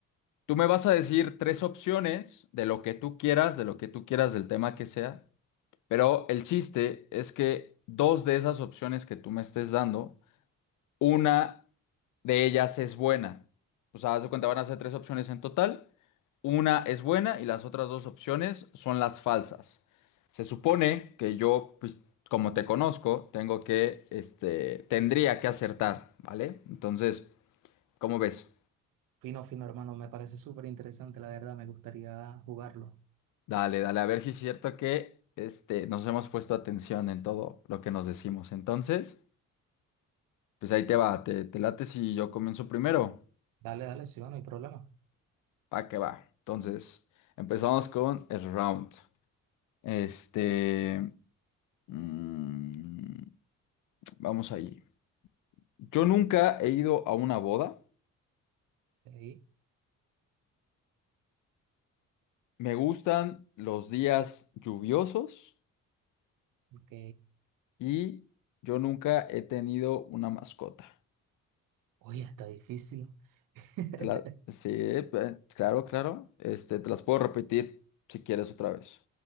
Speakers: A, on the left; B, on the right.
A: tú me vas a decir tres opciones de lo que tú quieras, de lo que tú quieras, del tema que sea. Pero el chiste es que dos de esas opciones que tú me estés dando, una de ellas es buena. O sea, haz de cuenta, van a ser tres opciones en total. Una es buena y las otras dos opciones son las falsas. Se supone que yo, pues, como te conozco, tengo que, este, tendría que acertar, ¿vale? Entonces, ¿cómo ves?
B: Fino, fino, hermano. Me parece súper interesante, la verdad. Me gustaría jugarlo.
A: Dale, dale, a ver si es cierto que, este, nos hemos puesto atención en todo lo que nos decimos. Entonces. Pues ahí te va, te, te late si yo comienzo primero.
B: Dale, dale, sí, va, no hay problema.
A: Pa' que va. Entonces, empezamos con el round. Este, mm, vamos allí. Yo nunca he ido a una boda.
B: Ok,
A: Me gustan los días lluviosos
B: ok.
A: y yo nunca he tenido una mascota.
B: Oye, está difícil. <laughs>
A: Te la- sí, eh, claro, claro. Este, te las puedo repetir si quieres otra vez.